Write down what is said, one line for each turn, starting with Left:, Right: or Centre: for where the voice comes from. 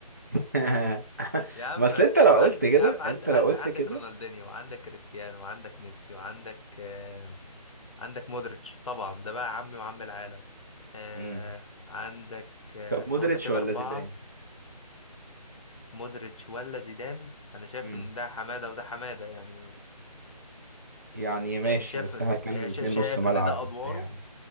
Right: <laughs>
Left: يا عم
Right: بس انت لو
Left: عند
Right: قلت
Left: يا
Right: كده
Left: عم عند
Right: انت
Left: عند
Right: لو قلت
Left: عندك
Right: كده
Left: رونالدينيو وعندك كريستيانو وعندك ميسي وعندك آه، عندك مودريتش طبعا ده بقى عمي وعم العالم آه
Right: امم
Left: عندك آه
Right: طب
Left: احنا
Right: مودريتش
Left: قلنا كده
Right: ولا
Left: أربعة
Right: زيدان
Left: مودريتش ولا زيدان أنا شايف
Right: امم
Left: إن ده حمادة وده حمادة يعني
Right: يعني ماشي
Left: يعني شايف
Right: بس
Left: إن
Right: هنتكلم
Left: آه،
Right: الاثنين
Left: شا- شايف
Right: نص ملعب
Left: إن ده أدواره
Right: وبتاع